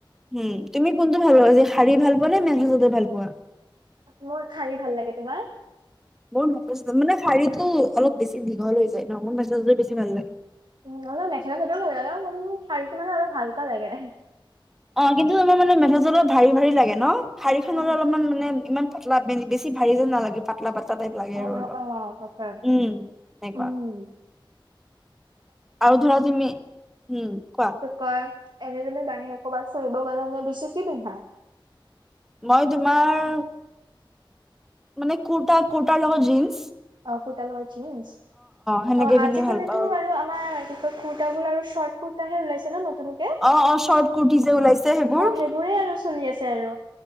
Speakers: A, in the centre; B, on the right (about 60°).
A: উম তুমি কোনটো ভাল পোৱা যে শাৰী ভাল পোৱা নে মেখেলা চাদৰ ভাল পোৱা।
B: মোৰ শাৰী ভাল লাগে। তোমাৰ?
A: মোৰ মেছোজ মানে শাৰীটো অলপ বেছি দীঘল হৈ যায় ন' মোৰ মেছোজ বেছি ভাল লাগে।
B: উম হলেওঁ মেখেলা চাদৰ ভাল লাগে। কিন্তু শাৰীটো অলপ হলকা লাগে।
A: অ' কিন্তু তোমাৰ মানে মেখেলা চাদৰ ভাৰী ভাৰী লাগে ন' শাৰীখন
B: অ',
A: ললে অলপমান মানে ইমান পাতলা বে বেছি ভাৰি যেন নালাগে পাত- লা পাতলা টাইপ লাগে
B: অ',
A: আৰু
B: অ',
A: অলপ,
B: অ', তাকে।
A: উম তেনেকুৱা।
B: উম,
A: আৰু ধৰা তুমি, উম কোৱা।
B: কয়, এনেই তুমি বাহিৰত ক'ৰবাত ফুৰিব গ'লে এনেই বেছি কি পিন্ধা?
A: মই তোমাৰ মানে কুৰ্তা কুৰ্তা লগত জিঞ্চ।
B: অ কুৰ্তা লগত জিঞ্চ।
A: সেনেকে
B: অ আজিকালিতো
A: পিন্ধি ভাল পাওঁ
B: আৰু তোমাৰ কি কয় কুৰ্তা বোৰ আৰু চৰ্ট কুৰ্তাহে ওলাইছে নতুন।
A: অ' অ' চৰ্ট কুৰ্টি যে ওলাইছে সেইবোৰ।
B: সেইবোৰে আৰু চলি আছে আৰু